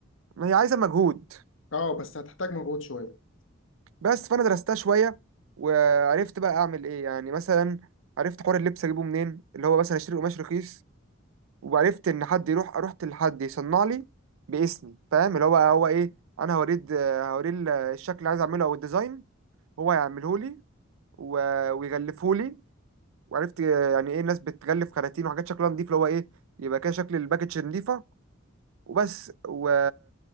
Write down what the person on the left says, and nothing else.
آه بس هتحتاج مجهود شوية